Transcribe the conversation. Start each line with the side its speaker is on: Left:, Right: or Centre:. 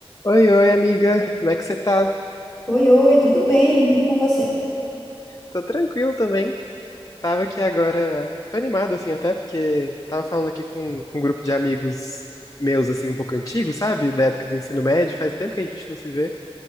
Left: Oi, oi, amiga. Como é que você tá?
Centre: Oi, oi, tudo bem? E com você?
Left: Tô tranquilo também. Tava aqui agora. Tô animado, assim, até porque tava falando aqui com, com um grupo de amigos meus, assim, um pouco antigos, sabe? Da época do ensino médio. Faz tempo que a gente não se vê.